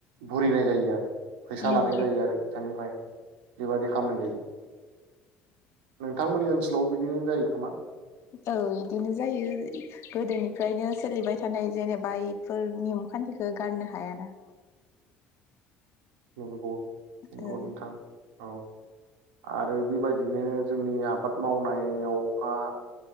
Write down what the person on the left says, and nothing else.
उम
औ इदिनो जायो गोदोनिफ्रायनो सोलिबाय थानाय जेनेबा इफोर नियम खान्थिखौ गारनो हायाना।
औ